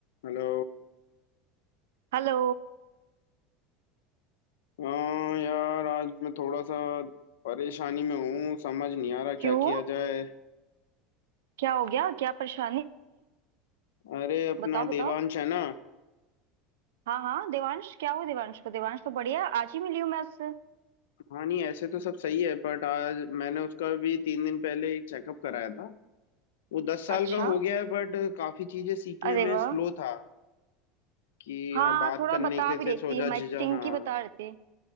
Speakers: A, on the left; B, on the right.
A: Hello
B: Hello
A: हाँ यार आज मैं थोड़ा सा परेशानी में हूँ समझ नहीं आ रहा क्या
B: क्यों
A: किया जाए
B: क्या हो गया क्या परेशानी
A: अरे अपना
B: बताओ बताओ
A: देवांश है ना
B: हाँ हाँ देवांश क्या हुआ देवांश को देवांश तो बढ़िया है, आज ही मिली हूँ मैं उससे
A: हाँ नहीं ऐसे तो सब सही है बट आज मैंने उसका भी तीन दिन पहले एक चेकअप कराया था वो दस साल
B: अच्छा
A: का हो गया है बट काफी चीजें सीखने
B: अरे
A: में
B: वाह
A: स्लो था कि
B: हाँ
A: हाँ बात
B: हाँ, थोड़ा
A: करने
B: बता
A: के
B: भी
A: से
B: रही
A: सोचा
B: थी हमारी
A: झिझक
B: चिंकी
A: हाँ
B: बता रही थी